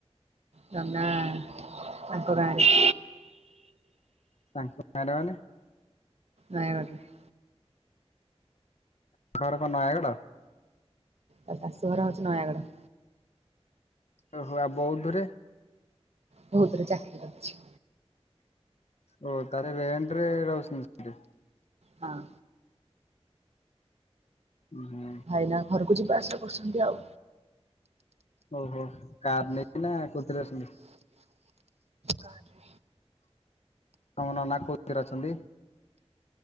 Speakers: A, on the right; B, on the left.
A: ନନା ତାଙ୍କ ଗାଁ ରେ।
B: ସାଙ୍କ ମ୍ୟାଡ଼ାନ।
A: ନାଇ। <unintelligible>
B: ଘର କ ନୟାଗଡ଼?
A: ତା ଶାଶୁଘର ହଉଛି ନୟାଗଡ଼।
B: ଓହୋ ଆଉ ବଉଦୁରେ।
A: ବହୁତରେ ଚାକିରି କରୁଛି।
B: ଓ ତାର ରେଣ୍ଟ ରେ ରଉଛନ୍ତି ସେ।
A: ହଁ।
B: ହୁଁ
A: ଭାଇନା ଘରକୁ ଯିବା ଆସିବା କରୁଛନ୍ତି ଆଉ।
B: ଓହୋ କାର ନେଇକି ନା କୋଉଥିରେ ଆସନ୍ତି?
A: ଗାଁରେ।
B: ତମ ନନା କୋଉଥିରେ ଅଛନ୍ତି?